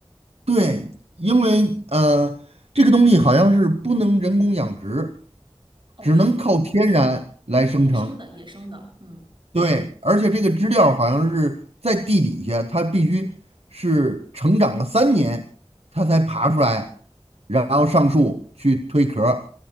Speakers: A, on the right; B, on the right.
A: 对，因为呃，这个东西好像是不能人工养殖，
B: 哦，
A: 只能靠天然来生成。
B: 必须是纯嗯嗯，野生的，野生的，嗯，
A: 对，而且这个知了好像是在地底下，它必须是成长了三年，它才爬出来，然后上树去蜕壳儿